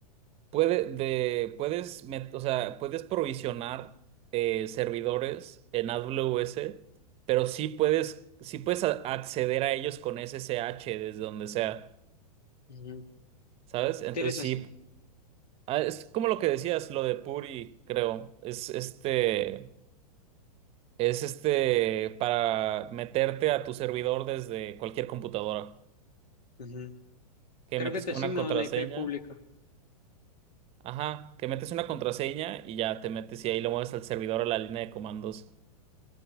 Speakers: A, on the right; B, on the left.
A: puede de puedes met- o sea, puedes provisionar eh, servidores en AWS, pero sí puedes sí puedes a- acceder a ellos con SSH desde donde sea,
B: Ujú.
A: ¿sabes? Entonces
B: Tienes as-
A: sí, ah, es como lo que decías, lo de Puri, creo. Es este Es este para meterte a tu servidor desde cualquier computadora.
B: ujú.
A: Que
B: Creo
A: metes
B: que te
A: como
B: asigna
A: una contraseña.
B: una IP pública.
A: Ajá, que metes una contraseña y ya te metes y ahí lo mueves al servidor a la línea de comandos.